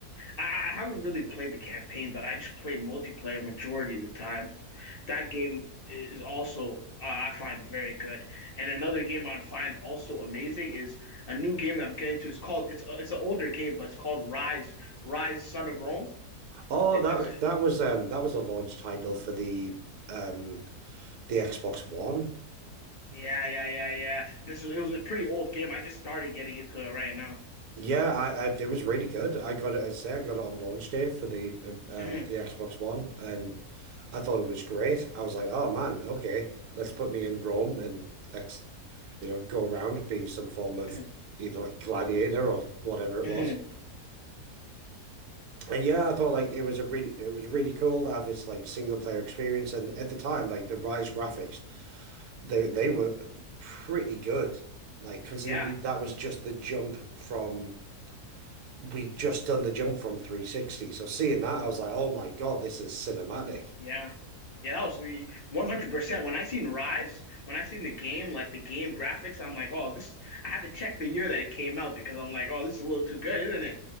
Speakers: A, on the left (about 40°); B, on the right (about 70°).
A: I, I haven't really played the campaign, but I just play multiplayer majority of the time. That game is also uh, I find very good. And another game I'd find also amazing is a new game that I'm getting to. It's called it's a, it's an older game, but it's called Rise Rise Son of Rome.
B: Oh,
A: It's
B: that
A: it's
B: that was um that was a launch title for the um the Xbox One.
A: Yeah, yeah, yeah, yeah. This is it was a pretty old game. I just started getting into it right now.
B: Yeah, I, I it was really good. I got it. I'd say I got it on launch day for the uh, um
A: Mhm,
B: the Xbox One, and I thought it was great. I was like, oh man, okay, let's put me in Rome and let's, you know, go around being some form of
A: mhm,
B: either like gladiator or whatever
A: mhm.
B: it was. And yeah, I thought like it was a really it was really cool to have this like single player experience. And at the time, like the Rise graphics, they they were pretty good. Like considering
A: Yeah,
B: we that was just the jump from. we just done the jump from 360. So seeing that, I was like, oh my God, this is cinematic.
A: yeah. Yeah, that was 100%. When I seen Rise, when I seen the game, like the game graphics, I'm like, oh, this is, I had to check the year that it came out because I'm like, oh, this is a little too good, isn't it?